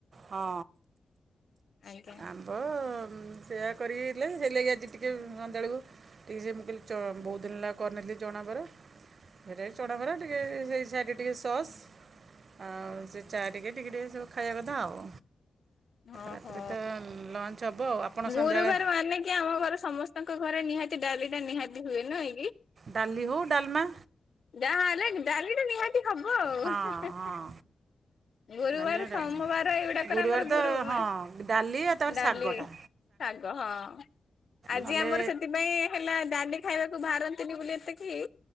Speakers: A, on the right; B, on the left.
A: ହଁ
B: ଆଜ୍ଞା
A: ଆମ୍ବ ସେୟା କରିକି ହେଲେ ହେଇଲାଗି ଆଜି ଟିକି ସନ୍ଧ୍ୟାବେଳକୁ ଟିକେ ସେ ଚ ମୁଁ କହିଲି ବହୁତ ଦିନ ହେଲା କରିନଥିଲି ଚଣା ବରା ହେରା ଆଜି ଚଣାବରା ସେଇ ସାଇଟ ରେ ଟିକେ ସସ୍ ଆଉ ସେ ଚା ଟିକେ ଟିକେ ଟିକେ ସବୁ ଖାଇବା କଥା ଆଉ
B: ଓହୋ
A: ରାତିରେ ତ ଲଞ୍ଚ ହେବ ଆଉ ଆପଣ ସନ୍ଧ୍ୟାବେଳେ
B: ଗୁରୁ ବାରେ ମାନେ କିି ଆମ ଘରେ ସମସ୍ତଙ୍କ ଘରେ ନିହାତି ଡାଲି ଟା ନିହାତି ହୁଏ ନୁହେଁ କି
A: ଡାଲି ହଉ ଡଲମା
B: ଯାହାହେଲେ ଡାଲିଟା ନିହାତି ହବ ଆଉ।
A: ହଁ ହଁ
B: ଗୁରୁବାର
A: ଡାଲି ଆଉ
B: ସୋମବାର
A: ଡାଲମା
B: ଏଇଗୁଡାକର
A: ଗୁରୁବାର
B: ଆମର
A: ତ
B: ଗୁରୁ ମା
A: ହଁ ଡାଲି ଆଉ ତାପରେ
B: ଡାଲି
A: ଶାଗଟା
B: ଶାଗ ହଁ। ଆଜି
A: ନହେଲେ
B: ଆମର ସେଥିପାଇଁ ହେଲା ଡାଲି ଖାଇବାକୁ ବାହାରନ୍ତିନି ବୋଲି ଏତେ କେହି